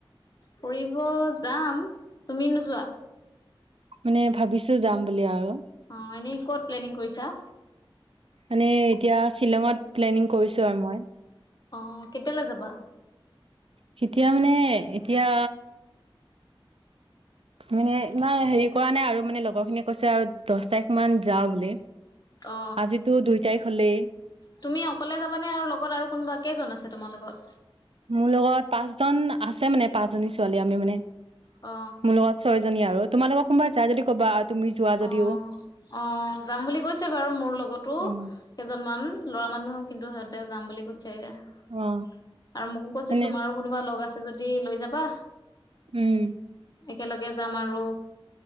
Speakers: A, on the left; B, on the right.
A: ফুৰিব যাম, তুমি নোযোৱা।
B: মানে ভাবিছো যাম বুলি আৰু।
A: অ' এনেই ক'ত প্লেনিং কৰিছা?
B: মানে এতিয়া শ্বিলঙত প্লেনিং কৰিছো আৰু মই।
A: অ' কেতিয়ালৈ যাবা?
B: কেতিয়া মানে এতিয়া মানে ইমান হেৰি কৰা নাই আৰু মানে লগৰ খিনিয়ে কৈছে আৰু দচ তাৰিখ মান যাও বুলি
A: অ
B: আজিতো দুই তাৰিখ হলেই
A: তুমি অকলে যাবানে আৰু লগত আৰু কোনোবা কেইজন আছে তোমাৰ লগত
B: মোৰ লগত পাঁচজন আছে মানে পাঁচ জনী ছোৱালী আমি মানে
A: অ
B: মোৰ লগত ছয়জনী আৰু তোমাল লগৰ কোনোবা যাই যদি ক'বা তুমি যোৱা যদিও
A: অ অ যাম বুলি কৈছে বাৰু মোৰ লগতো
B: উম
A: কেইজনমান ল'ৰা মানুহ কিন্তু সিহতে যাম বুলি কৈছে আৰু
B: অ
A: মোকো কৈছিল
B: মানে
A: তোমাৰো কোনোবা লগ আছ ছে যদি লৈ যাবা
B: উম
A: একেলগে যাম আৰু